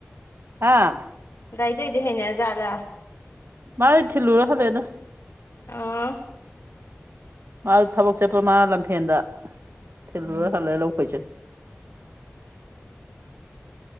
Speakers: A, on the right; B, on the left.
A: ꯍꯥ
B: ꯂꯩꯏꯗꯗꯤ ꯍꯩꯅꯖꯥꯂ
A: ꯃꯥ ꯏ ꯊꯤ ꯂꯨꯔ ꯍꯂꯦ ꯑꯗꯨ
B: ꯑꯥ
A: ꯃꯥ ꯊꯕꯛ ꯆꯠꯄ ꯃꯥ ꯂꯝꯐꯦꯟꯗ ꯊꯤꯜꯂꯨꯔ
B: ꯎꯝ
A: ꯍꯜꯂ ꯂꯧ ꯈꯣꯏꯆ